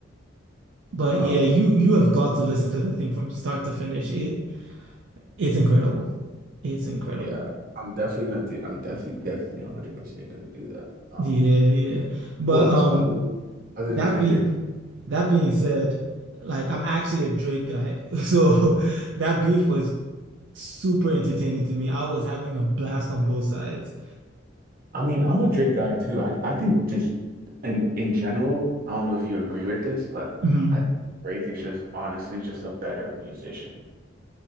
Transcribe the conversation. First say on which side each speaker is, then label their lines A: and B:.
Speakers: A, on the right; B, on the right.
A: But
B: Um
A: yeah, you you have got to listen to the thing from start to finish. It it's incredible. It's incredible.
B: yeah, I'm definitely gonna take I'm definitely definitely 100% gonna do that. Um
A: Yeah, yeah. But
B: who else
A: um
B: other than other
A: that
B: than Kendrick?
A: being that being said, like I'm actually a Drake guy. <laughs> So that beef was super entertaining to me. I was having a blast on both sides.
B: I mean, I'm a Drake guy too. I I think just in in general, I don't know if you agree with this, but
A: Mhm.
B: I think Drake is just honestly just a better musician.